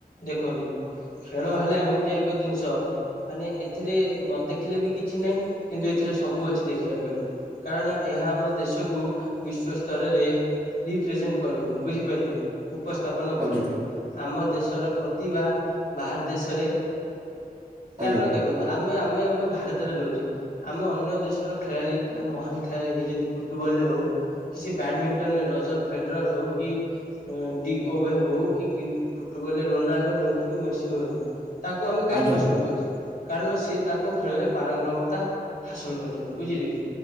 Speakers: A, on the left; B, on the right.
A: ଦେଖନ୍ତୁ। ଖେଳ ହେଲା ଏମିତି ଏକ ଦିନ୍ସ। ମାନେ ଏଥିରେ ନ ଦେଖିଲେ ବି କିଛି ନାହିଁ କିନ୍ତୁ ଏଥିରେ ସବୁ ଅଛି ଦେଖିବାକୁ ଗଲେ। କାରଣ ଏହା ଆମ ଦେଶକୁ ବିଶ୍ୱସ୍ତରରେ ରିପ୍ରେଜେଣ୍ଟ କରିବ ବୁଝିପାରିଲେ ଉପସ୍ଥାପନ କରିବ।
B: ଆଜ୍ଞା
A: ଆମ ଦେଶର ପ୍ରତିଭା ବାହାର ଦେଶରେ କାରଣ
B: ଆଜ୍ଞା
A: ଦେଖ ଦେଖନ୍ତୁ ଆମେ ଆମେ ଆମେ ଭାରତରେ ରହୁଛେ ଆମେ ଅନ୍ୟ ଦେଶର ଖେଳାଳି ଯାହା ମହାନ ଖେଳାଳି ହେଇଛନ୍ତି ଫୁଟବଲରେ ହଉ କିଛି ବ୍ୟାଡମିଣ୍ଟନରେ ରଜତ ଫେଟରର ହଉ କି ଡି କୋଭେ ହଉ କି ଫୁଟବଲ ରେ ରୋନାଲ୍ଡୋ ହୁଅନ୍ତୁ କି ମେସି ହୁଅନ୍ତୁ ତାକୁ ଆମେ କାହିଁ
B: ଆଜ୍ଞା
A: ପସନ୍ଦ କରୁଛେ କାରଣ ସେ ତାଙ୍କ ଖେଳରେ ପାରଙ୍ଗମତା ହାସଲ କରିଛନ୍ତି ବୁଝିଲେ କି